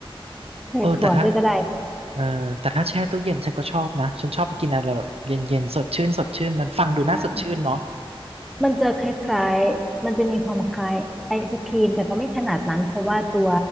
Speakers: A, in the centre; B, on the right (about 85°).
A: ใส่ถั่วด้วยก็ได้
B: เออแต่ถ้า เออแต่ถ้าแช่ตู้เย็นฉันก็ชอบนะฉันชอบไปกินอะไรแบบเย็นๆสดชื่นสดชื่นมันฟังดูน่าสดชื่นเนาะ
A: ใช่ มันจะคล้ายๆ มันจะมีความคล้ายไอศครีมแต่ก็ไม่ขนาดนั้นเพราะว่าตัว